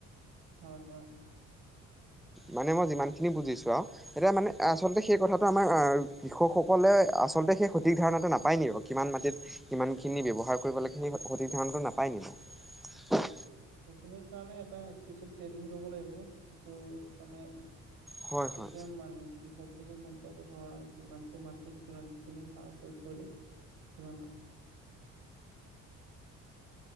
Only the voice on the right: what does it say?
হয়, হয়।
সেখিনিৰ কাৰণে এটা স্পিচিয়েল ট্ৰেইনিং ল'ব লাগিব যিটো মানে
তেতিয়া মান কৃষক <unintelligible> গম পাব ধৰা যিমানটো মাটিত কিমানখিনি সাৰ প্ৰয়োগ কৰিলে কিমান